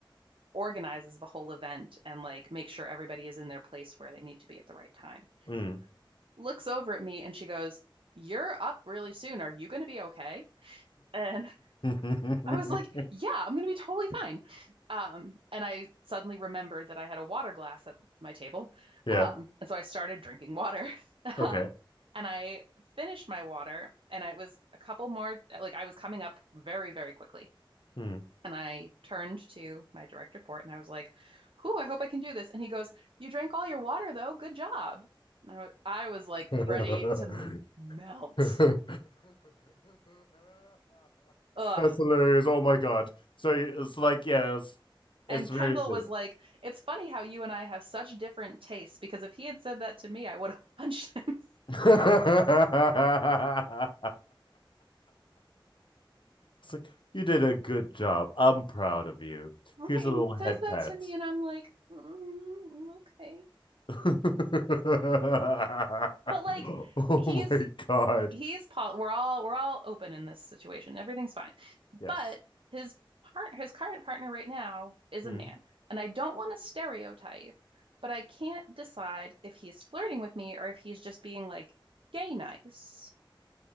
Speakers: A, on the right; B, on the left.
A: organizes the whole event and like makes sure everybody is in their place where they need to be at the right time,
B: mm.
A: looks over at me and she goes, "You're up really soon. Are you going to be okay?" And
B: <laughs>
A: I was like, yeah, I'm gonna be totally fine. Um, and I suddenly remembered that I had a water glass at my table.
B: yeah
A: Um, and so I started drinking water. <laughs>
B: okay
A: Um, and I finished my water, and I was a couple more, like I was coming up very, very quickly.
B: mm.
A: And I turned to my direct report and I was like, whew, I hope I can do this. And he goes, You drank all your water though. Good job. And I, I was like ready
B: <laughs>
A: to
B: <laughs>
A: melt.
B: That's
A: Ugh.
B: hilarious. Oh my God. So it's like, yeah, it's,
A: And
B: it's
A: Kendall
B: very clear.
A: was like, It's funny how you and I have such different tastes because if he had said that to me, I would have punched him. <laughs>
B: <laughs> It's like, you did a good job. I'm proud of you.
A: Right.
B: Here's
A: And
B: a little
A: he says
B: head
A: that
B: pat.
A: to me, and I'm like, "Mm, okay.
B: <laughs>
A: But like,
B: Oh
A: he's
B: my God.
A: he's poly we're all we're all open in this situation. Everything's fine.
B: Yes.
A: But his part his current partner right now is
B: Mm.
A: a man. And I don't want to stereotype, but I can't decide if he's flirting with me or if he's just being like gay nice.